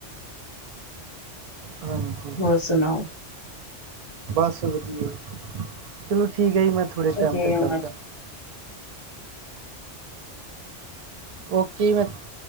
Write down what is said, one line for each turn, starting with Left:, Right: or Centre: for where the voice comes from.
Right: ਹਾਂਜੀ
Left: ਹੋਰ ਸੁਣਾਓ
Right: ਬਸ ਵਧੀਆ ਜੀ, ਚਲੋ ਠੀਕ ਹੈ ਜੀ ਮੈਂ ਥੋੜ੍ਹੇ
Left: ਅੱਗੇ
Right: ਟਾਈਮ ਤੱਕ
Left: ਹੋਣਾ
Right: ਕਰਦਾ
Left: ਚਾਹੀਦਾ
Right: ਉਹਓ ਕੀ ਮੈਂ <unintelligible>